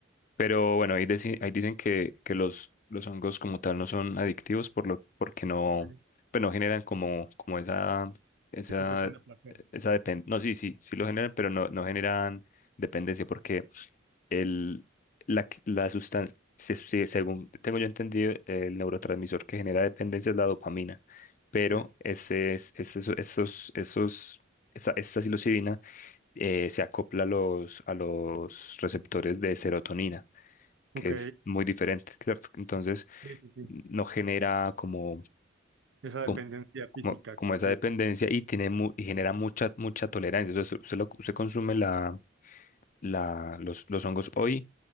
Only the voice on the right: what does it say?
Ok.
Sensación de placer.
Sí.
Ok,
sí, sí, sí.
Esa
dependencia
física,
de-
de-